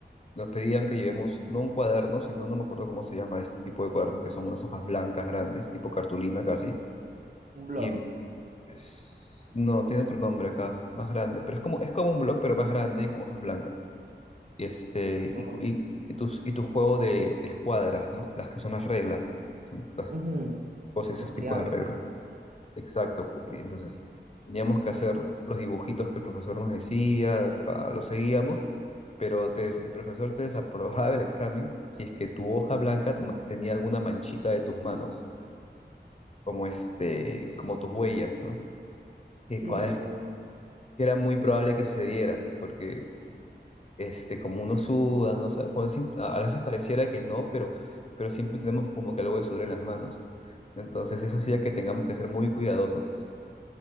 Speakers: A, on the left; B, on the right.
A: nos pedían que llevemos no un cuaderno, sino no me acuerdo cómo se llama este tipo de cuadernos, que son unas hojas blancas grandes, tipo cartulina casi.
B: un blog.
A: Y en- es- no, tiene otro nombre acá, más grande, pero es como, es como un blog, pero más grande y con hojas blancas. Y este, y,
B: Oh,
A: cu- y, y tus, y tu juego de, de escuadras, ¿no? Las que son las reglas son- las
B: ujú,
A: o sea, esos
B: Los
A: tipos
B: triángulos.
A: de reglas. Exacto. y Entonces, teníamos que hacer los dibujitos que el profesor nos decía, pa, los seguíamos, pero te des- el profesor te desaprobaba el examen si es que tu hoja blanca no- tenía alguna manchita de tus manos, como este, como tus huellas, ¿no? Que
B: Sí,
A: cua-
B: lo que-
A: que era muy probable que sucediera, porque este, como uno suda, no sabe, cuando sim- a a veces pareciera que no, pero, pero siempre tenemos como que algo de sudor en las manos. Entonces, eso hacía que tengamos que ser muy cuidadosos.